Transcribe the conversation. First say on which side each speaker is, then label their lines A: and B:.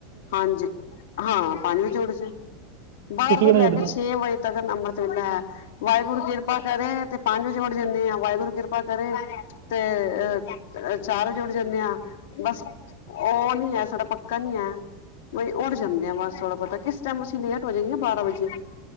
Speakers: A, on the left; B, on the right.
A: ਹਾਂਜੀ ਹਾਂ, ਪੰਜ ਵਜੇ ਉਠ ਜੇ ਬਾਰਾਂ
B: ਤੁਸੀਂ
A: ਤੋਂ
B: ਕਿੰਨੇ
A: ਲੈ
B: ਉੱਠਦੇ
A: ਕੇ
B: ਹੋ
A: ਛੇ ਵਜੇ ਤਕਨ ਅੰਮ੍ਰਿਤ ਵੇਲੈ। ਵਾਏਗੁਰੂ ਕਿਰਪਾ ਕਰੇ ਤੇ ਪੰਜ ਵਜੇ ਉਠ ਜਾਂਨੇ ਆ, ਵਾਏਗੁਰੂ ਕਿਰਪਾ ਕਰੇ ਤੇ ਅ ਅ ਚਾਰ ਵਜੇ ਉਠ ਜਾਂਨੇ ਆ, ਬਸ ਓ ਨੀ ਐ, ਸਾਡਾ ਪੱਕਾ ਨੀ ਐ। ਬਈ ਉਠ ਜਾਨੇ ਆ ਬਸ ਥੋੜ੍ਹਾ-ਬੋਤਾ, ਕਿਸ ਟੇਮ ਅਸੀਂ ਲੇਟ ਹੋ ਜਾਈਏ ਬਾਰਾਂ ਵਜੇ